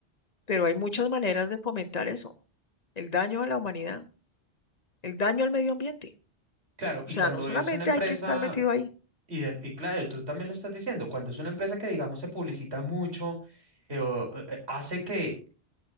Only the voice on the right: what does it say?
Claro,
y
cuando
es una empresa,
y, de- y claro, tú también lo estás diciendo, cuando es una empresa que digamos se publicita mucho, eh, o, eh, eh, hace que